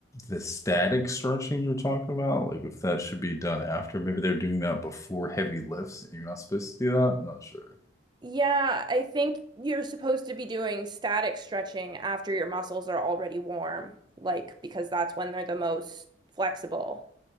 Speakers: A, on the left; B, on the right.
A: the static stretching you're talking about, like if that should be done after. Maybe they're doing that before heavy lifts and you're not supposed to do that. I'm not sure.
B: Yeah, I think you're supposed to be doing static stretching after your muscles are already warm, like because that's when they're the most flexible.